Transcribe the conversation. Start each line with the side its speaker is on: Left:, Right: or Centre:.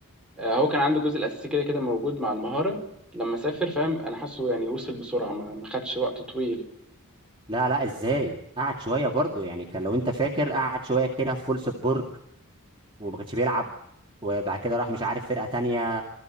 Centre: آه، هو كان عنده الجزء الاساسي كده كده موجود مع المهاره لما سافر فاهم انا حاسه يعني وصل بسرعه ما ما خدش وقت طويل
Right: لا لا ازاي قعد شويه برضو يعني كان لو انت فاكر قعد شويه كده في فولسبورج وما كانش بيلعب وبعد كده راح مش عارف فرقه تانية